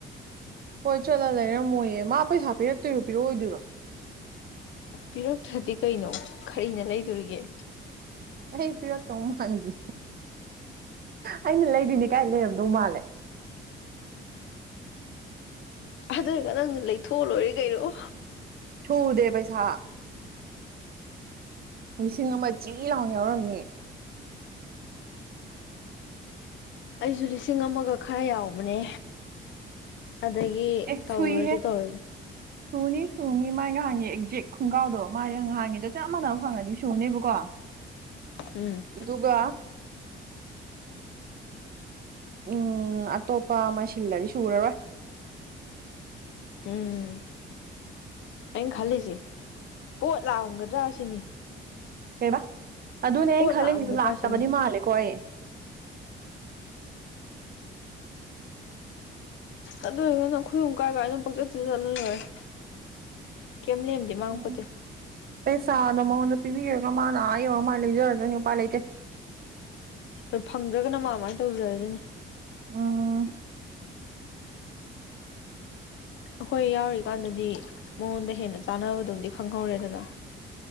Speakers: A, on the right; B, on the left.
A: ꯍꯣꯏ ꯆꯠꯂ ꯂꯩꯔꯝꯃꯣꯏꯌꯦ ꯃꯥ ꯄꯩꯁꯥ ꯄꯤꯔꯛꯇꯣꯏꯔꯣ ꯄꯤꯔꯛꯑꯣꯗꯣꯏꯔꯣ
B: ꯄꯤꯔꯛꯇ꯭ꯔꯗꯤ ꯀꯩꯅꯣ ꯀꯔꯤꯅ ꯂꯩꯗꯣꯔꯤꯒꯦ
A: ꯑꯩ ꯄꯤꯔꯛꯇꯧ ꯃꯥꯥꯟꯗ ꯑꯩꯅ ꯂꯩꯗꯣꯏꯅꯦ ꯀꯥꯏ ꯂꯩꯔꯝꯗꯧ ꯃꯥꯜꯂꯦ
B: ꯑꯗꯣꯏꯒ ꯅꯪꯅ ꯂꯩꯊꯣꯛꯑ ꯂꯣꯏꯔꯦ ꯀꯩꯅꯣ
A: ꯁꯨꯗꯦ ꯄꯩꯁꯥ ꯂꯤꯁꯤꯡ ꯑꯃ ꯆꯤ ꯂꯥꯎꯅ ꯌꯥꯎꯔꯝꯅꯤ
B: ꯑꯩꯁꯨ ꯂꯤꯁꯤꯡ ꯑꯃꯒ ꯈꯔ ꯌꯥꯎꯕꯅꯦ ꯑꯗꯒꯤ
A: ꯑꯦ
B: ꯇꯧꯔꯁꯨ
A: ꯁꯨꯏꯍꯦ
B: ꯇꯧꯔꯁꯦ
A: ꯁꯨꯅꯤ ꯁꯨꯅꯤ ꯃꯥꯥꯏ ꯉꯍꯥꯟꯒꯤ ꯑꯦꯛꯖꯦꯛ ꯈꯣꯡꯒꯥꯎꯗꯣ ꯃꯥꯒꯤ ꯉꯍꯥꯟꯒꯤꯗꯣ ꯆꯞ ꯃꯥꯟꯅꯕ ꯐꯪꯉꯗꯤ ꯁꯨꯅꯦꯕꯀꯣ <inaudible>
B: ꯎꯝ
A: ꯑꯗꯨꯒ ꯎꯝ ꯑꯇꯣꯞꯄ ꯑꯃ ꯁꯤꯜꯂꯗꯤ ꯁꯨꯔꯔꯣꯏ
B: ꯎꯝ ꯑꯩꯅ ꯈꯜꯂꯤꯁꯦ ꯄꯣꯠ ꯂꯥꯛꯑꯝꯒꯗ꯭ꯔꯥ ꯁꯤꯅꯤ
A: ꯀꯦꯕ ꯑꯗꯨꯅꯦ ꯑꯩꯅ
B: ꯄꯣꯠ
A: ꯈꯜꯂꯝꯃꯤꯁꯤ
B: ꯂꯥꯛꯑꯝꯒꯗ꯭ꯔꯥ
A: ꯂꯥꯛꯇꯕꯗꯤ
B: ꯁꯤꯅꯤ
A: ꯃꯥꯜꯂꯦꯀꯣ ꯑꯩ
B: ꯑꯗꯨ ꯑꯣꯏꯔꯒꯅ ꯈꯣꯏꯍꯨꯝ ꯀꯥꯏ ꯀꯥꯏꯅꯣ ꯄꯪꯆꯠ ꯆꯠꯂꯂꯣꯏꯔꯦ ꯀꯦꯝ ꯂꯦꯝꯗꯦ
A: ꯎꯝ
B: ꯃꯥꯡꯄꯣꯠꯇꯦ
A: ꯄꯩꯁꯥꯗꯣ ꯃꯉꯣꯟꯗ ꯄꯤꯕꯤꯔꯒ ꯃꯥꯅ ꯑꯥ ꯌꯧꯔ ꯃꯥꯏ ꯂꯩꯖꯔꯖꯅꯤ ꯎꯄꯥꯏ ꯂꯩꯇꯦ
B: ꯍꯣꯏ ꯐꯪꯗ꯭ꯔꯒꯅ ꯃꯥ ꯑꯗꯨꯃꯥꯏꯅ ꯇꯧꯖꯔꯖꯅꯤ
A: ꯎꯝ
B: ꯑꯩꯈꯣꯏ ꯌꯥꯎꯔꯤꯀꯥꯟꯗꯗꯤ ꯃꯉꯣꯟꯗ ꯍꯦꯟꯅ ꯆꯥꯟꯅꯕꯗꯨꯃꯗꯤ ꯈꯪꯍꯧꯔꯦꯗꯅ